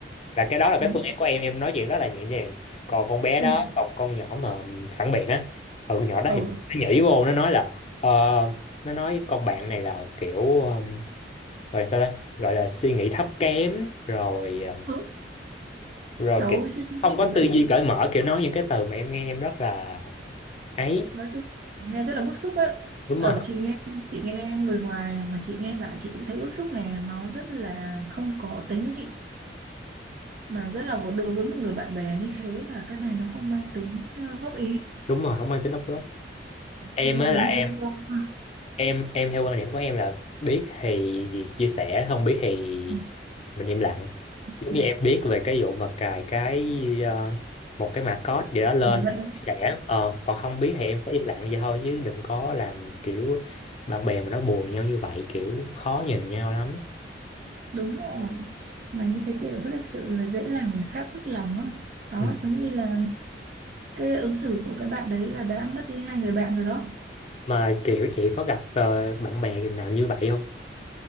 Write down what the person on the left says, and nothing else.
là cái đó là cái
phương án của em em nói chuyện rất là nhẹ nhàng còn con bé
đó còn con nhỏ mà phản biện á ừ nhỏ đó
thì nó nhảy vô nó nói là ờ, nó nói con bạn này là kiểu um, gọi là sao ta gọi là suy nghĩ thấp kém rồi um,
rồi
kiểu
không có
tư
duy cởi mở kiểu nói những cái từ mà em nghe em rất là ấy
đúng
rồi
đúng rồi không mang tính đóng góp em
á là
em
em em theo quan điểm của em là biết thì chia sẻ không biết thì
mình im lặng giống
như em biết về cái vụ mà cài cái ờ, một cái mã code gì đó lên
chia sẻ ờ, còn không biết thì em sẽ im lặng vậy thôi chứ đừng có làm kiểu bạn bè mà nó buồn nhau như vậy kiểu khó nhìn nhau lắm
ừ.
mà kiểu chị có gặp ờ, bạn bè nào như vậy không